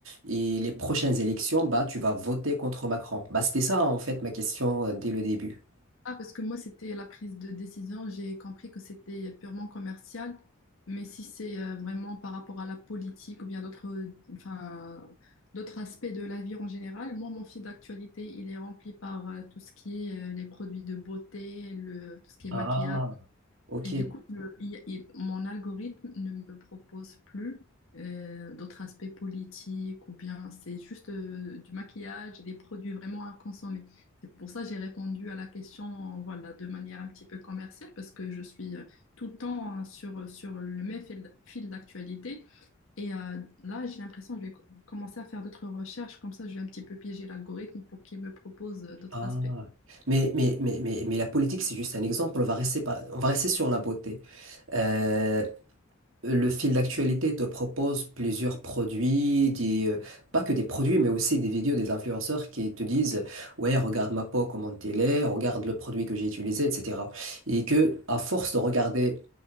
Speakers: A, on the right; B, on the left.
A: Et les prochaines élections, bah, tu vas voter contre Macron. Bah, c'était ça, en fait, ma question euh, dès le début.
B: Ah, parce que moi, c'était la prise de décision. J'ai compris que c'était purement commercial. Mais si c'est euh, vraiment par rapport à la politique ou bien d'autres, euh, enfin, d'autres aspects de la vie en général, moi, mon fil d'actualité, il est rempli par euh, tout ce qui est euh, les produits de beauté, le, tout ce qui est
A: Ah,
B: maquillage.
A: ok.
B: Et du coup, je- il- il- mon algorithme ne me propose plus euh, d'autres aspects politiques ou bien c'est juste euh, du maquillage et des produits vraiment à consommer. C'est pour ça que j'ai répondu à la question voilà, de manière un petit peu commerciale parce que je suis euh, tout le temps hein, sur, sur le même fil, fil d'actualité. Et euh, là, j'ai l'impression que je vais co- commencer à faire d'autres recherches. Comme ça, je vais un petit peu piéger l'algorithme pour qu'il me propose euh, d'autres
A: Ah.
B: aspects.
A: Mais, mais, mais, mais, mais la politique, c'est juste un exemple. On va rester, par- on va rester sur la beauté. Euh, Le fil d'actualité te propose plusieurs produits, des, euh, pas que des produits, mais aussi des vidéos des influenceurs qui te disent, ouais, regarde ma peau, comment elle est, regarde le produit que j'ai utilisé, etc. Et que, à force de regarder,